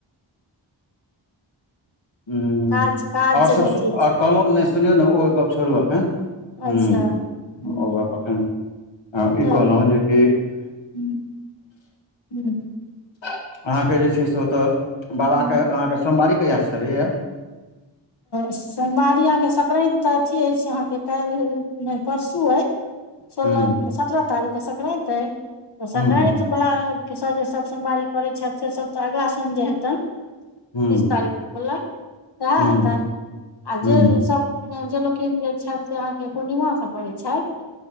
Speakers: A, on the left; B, on the left.
A: हूं
B: काज काज
A: आओर
B: जे
A: सब
B: भेटै छै
A: आओर कहलहुँ नहि सुनियौ ने ओ गप छोड़ू एखन हूं
B: अच्छा हूँ
A: ओक गप एखन ई
B: हँ
A: कहलहुँ जेकि
B: हूँ हूँ
A: अहाँके जे छै से ओत बाबा
B: हूँ
A: अहाँके सोमवारी कयासँ चरहैया
B: सोमवारी अहाँ के संक्रात ते अथी हय अहं के काल्हि मे परसू अय सोलह
A: हूं
B: सतरा तारीख सक्राइत ह तऽ सक्राइत
A: हूं हूं
B: भोला के सब जे सब सोमवारी करे छै छथि से सब अगला सोम जे बीस
A: हूं
B: तारीख होलन सएह
A: हूं
B: हेतनि आ
A: हूँ
B: जे सभ जे लोकिन जे छथि से अहाँके पूर्णिमाास सँ करैत छथि